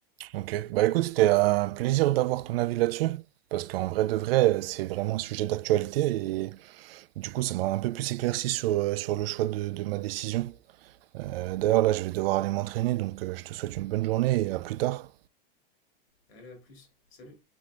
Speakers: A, on the right (about 75°); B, on the left (about 85°).
A: Ok, bah écoute, c'était un plaisir d'avoir ton avis là-dessus, parce qu'en vrai de vrai, c'est vraiment un sujet d'actualité et du coup, ça m'a un peu plus éclairci sur, euh, sur le choix de, de ma décision. Euh, d'ailleurs, là, je vais devoir aller m'entraîner, donc euh, je te souhaite une bonne journée et à plus tard.
B: Allez, à plus. Salut!